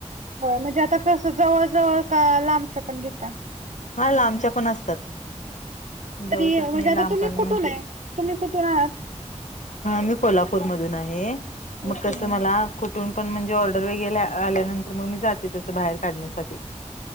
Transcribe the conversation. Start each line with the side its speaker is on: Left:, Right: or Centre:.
Right: होय म्हणजे आता तस जवळ जवळ का लांबच्या पण घेता?
Left: हा ला आबच्या पण असतात. जवळचच
Right: तरी म्हणजे
Left: नाही
Right: आता
Left: लांब
Right: तुम्ही
Left: पण
Right: कुठून
Left: म्हणजे
Right: आहे तुम्ही कुठून आहात.
Left: मी कोल्हापूरमधून आहे मग
Right: ओके
Left: कस मला कुठून पण म्हणजे ऑर्डर वगै आल्यानंतर मग मी जाते तस बाहेर काढण्यासाठी